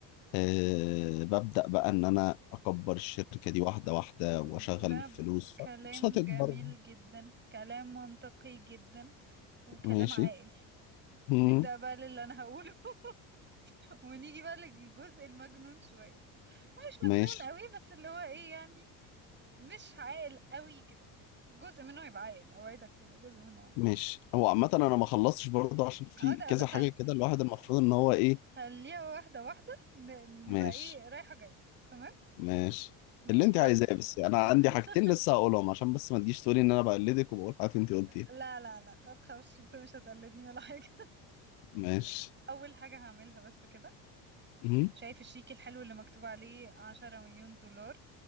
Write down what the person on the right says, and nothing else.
د- ده
ب- كلام
جميل جدا كلام منطقي جدا وكلام
عاقل
نبدأ بقى للي انا هقوله <laughs> ونيجي بقى للجزء المجنون شوية مش
مجنون قوي بس اللي هو ايه يعني مش عاقل قوي كده جزء منه هيبقى عاقل اوعدك هيبقى جزء منه عاقل
<laughs> اه ده
بس
هن-
هنخليها واحدة واحدة ن- نبقى
ايه رايحة جاية تمام
ماشي
أو...
<laughs>
لا لا لا متخافش انت مش هتقلدني ولا حاجة
<laughs> أول حاجة هعملها بس كده
شايف الشيك الحلو اللي مكتوب عليه عشرة مليون دولار